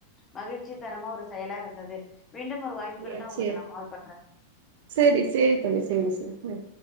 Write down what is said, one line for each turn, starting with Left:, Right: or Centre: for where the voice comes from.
Left: மகிழ்ச்சி தரமா ஒரு செயலா இருந்தது
Right: <unintelligible>
Left: மீண்டும் ஒரு வாய்ப்பு கிடைத்தா உங்களுக்கு நா கால் பண்றே
Right: சேரி சேரி தோழி சேரி சேரி ம்